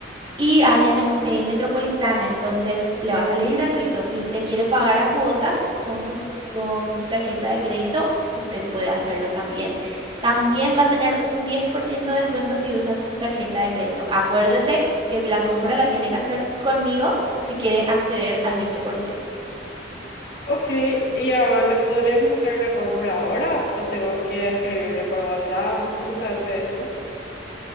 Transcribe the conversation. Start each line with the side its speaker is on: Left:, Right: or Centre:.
Right: y área ne- eh, metropolitana, entonces le va a salir gratuito. Si usted quiere pagar a cuotas con su, con su tarjeta de crédito, usted puede hacerlo también. También va a tener un 10% de descuento si usa su tarjeta de crédito. Acuérdese que la compra la tiene que hacer conmigo si quiere acceder al 20%.
Left: Ok, y ahora podríamos hacer la compra ahora o tengo que escribirle por WhatsApp, ¿cómo se hace eso?